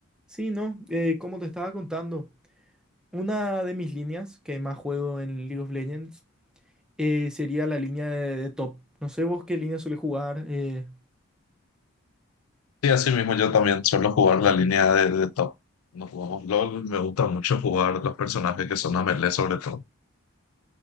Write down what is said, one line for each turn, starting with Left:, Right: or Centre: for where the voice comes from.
Centre: Sí, no, eh, como te estaba contando, una de mis líneas que más juego en League of Legends eh, sería la línea de, de top. No sé vos qué línea suele jugar. eh,
Left: Sí, así mismo yo también suelo jugar la línea de, de top. Nos jugamos LOL, me gusta mucho jugar los personajes que son a melee sobre todo.